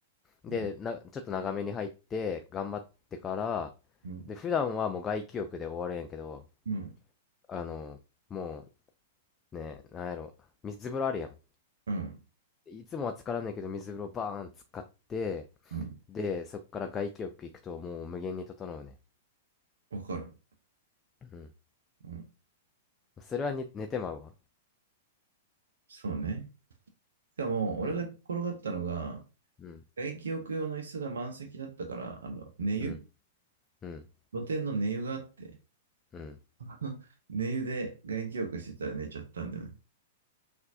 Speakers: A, on the left (about 20°); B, on the right (about 65°).
A: で、
B: うん、
A: な、ちょっと長めに入って、頑張ってから、
B: うん、
A: で、普段はもう外気浴で終わるやんやけど、
B: うん、
A: あの、もうね、なんやろ、水風呂あるやん。
B: うん、
A: いつもは浸からんねんけど、水風呂バーン使って、
B: うん
A: で、そっから外気浴行くともう無限に整うね。
B: わかる。
A: うん。
B: うん、
A: それはに寝てまうわ。
B: そうね。しかも、俺が寝転がったのが、
A: うん、うん、
B: 外気浴用の椅子が満席だったから、あの、寝湯
A: うん、うん、
B: 露天の寝湯があって、
A: うん。
B: <laughs> 寝湯で外気浴してたら寝ちゃったんだよね。